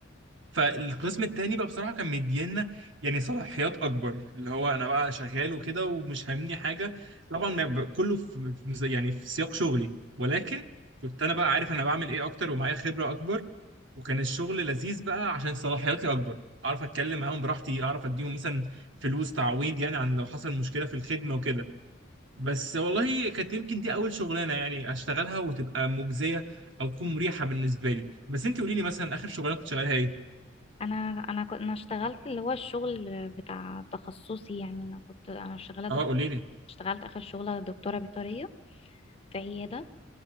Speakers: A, on the right; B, on the left.
A: فالقسم التاني بقى بصراحة كان مدينا يعني صلاحيات أكبر اللي هو أنا بقى شغال وكده ومش فاهمني حاجة طبعا ما ب- كله في في- زي- يعني في سياق شغلي ولكن كنت أنا بقى عارف أنا بعمل إيه أكتر ومعايا خبرة أكبر وكان الشغل لذيذ بقى عشان صلاحياتي أكبر أعرف أتكلم معاهم براحتي أعرف أديهم مثلا فلوس تعويض يعني عن لو حصل مشكلة في الخدمة وكده بس والله كانت يمكن دي أول شغلانة يعني أشتغلها وتبقى مجزية أو تكون مريحة بالنسبة لي بس أنت قولي لي مثلا آخر شغلانة كنت شغالها إيه؟
B: انا انا كنت انا اشتغلت اللي هو الشغل بتاع تخصصي يعني انا كنت انا شغاله دك...
A: أه قولي لي
B: اشتغلت اخر شغله دكتوره بيطريه في عياده